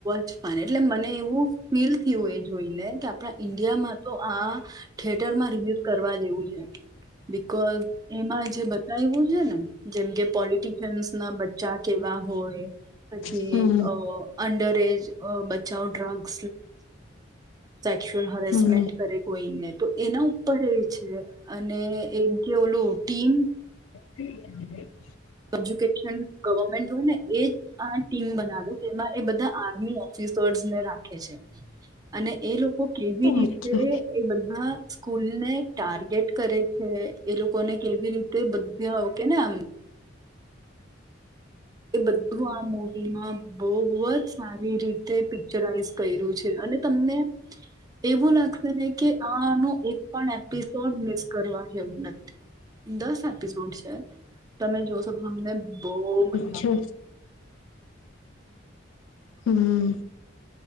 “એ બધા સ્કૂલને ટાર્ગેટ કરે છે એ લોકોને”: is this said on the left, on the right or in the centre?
Right